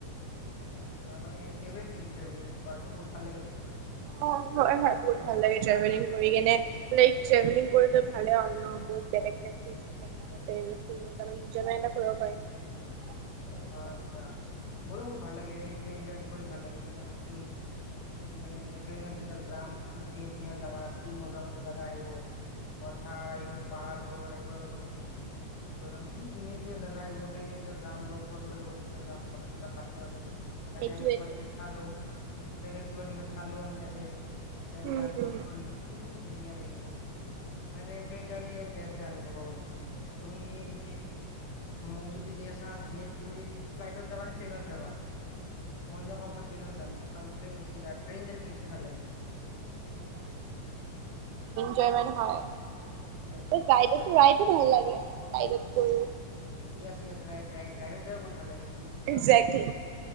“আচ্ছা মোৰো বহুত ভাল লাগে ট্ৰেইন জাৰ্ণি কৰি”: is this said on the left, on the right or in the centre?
Left